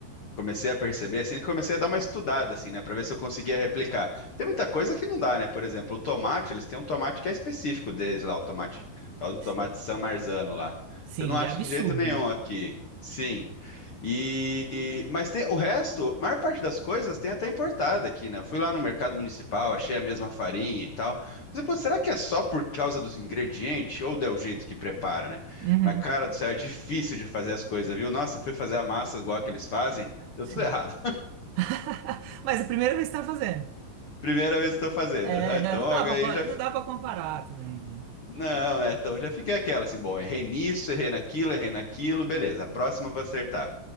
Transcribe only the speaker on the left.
comecei a perceber, assim, que comecei a dar uma estudada, assim, né, para ver se eu conseguia replicar. Tem muita coisa que não dá, né? Por exemplo, o tomate, eles têm um tomate que é específico deles lá, o tomate, tal do tomate
San Marzano lá.
Eu não acho
de jeito nenhum
aqui. Sim. E e- mas tem, o resto, a maior parte das coisas tem até importada aqui, né? Fui lá no mercado municipal, achei a mesma farinha e tal. Mas, pô, será que é só por causa dos ingredientes ou é o jeito que prepara, né?
Mas cara do céu, é difícil de fazer as coisas, viu? Nossa, fui fazer a massa igual que eles fazem deu
tudo errado.
<laughs> Primeira vez que estou fazendo.
Aham, então,
ó,
ganhei
já.
Não, né? Então, já fiquei aquela assim, bom, errei nisso, errei naquilo, errei naquilo, beleza. A próxima eu vou acertar.